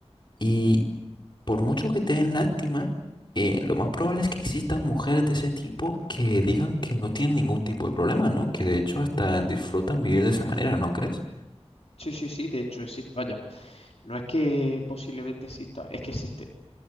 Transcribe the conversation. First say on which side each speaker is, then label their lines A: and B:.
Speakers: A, on the left; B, on the left.
A: Y por mucho que te den lástima, eh, lo más probable es que existan mujeres de ese tipo que digan que no tienen ningún tipo de problema, ¿no? Que de hecho hasta disfrutan vivir de esa manera, ¿no crees?
B: Sí, sí, sí, de hecho existe. Vaya, no es que posiblemente exista, es que existe.